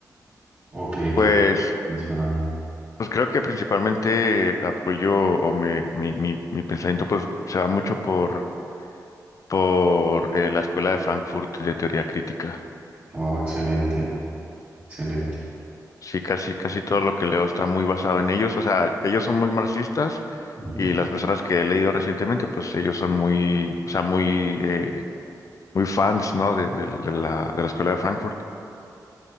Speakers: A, on the right; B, on the left.
A: o qué,
B: Pues,
A: qué atención?
B: pues creo que principalmente apoyo o me, mi, mi, mi pensamiento pues se va mucho por, por eh, la Escuela de Frankfurt de teoría crítica.
A: Oh, excelente, excelente.
B: Sí, casi, casi todo lo que leo está muy basado en ellos. O sea, ellos son muy marxistas
A: Ujú.
B: y las personas que he leído recientemente, pues ellos son muy, o sea, muy, eh, muy fans, ¿no? De, de- de la, de la Escuela de Frankfurt.